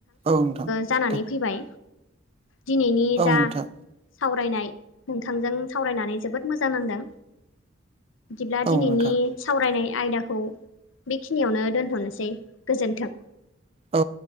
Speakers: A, on the right (about 30°); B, on the left (about 75°).
A: औ नोंथां।
B: जानानै
A: दे
B: फैबाय दिनैनि
A: औ
B: जा
A: नोंथां
B: सावरायनाय नोंथांजों सावरायनानै जोबोद मोजां नांदों। बिदिब्ला
A: औ
B: दिनैनि
A: नोंथां
B: सावरायनाय आयदाखौ बेखिनियावनो दोनथ'नोसै गोजोन्थों।
A: औ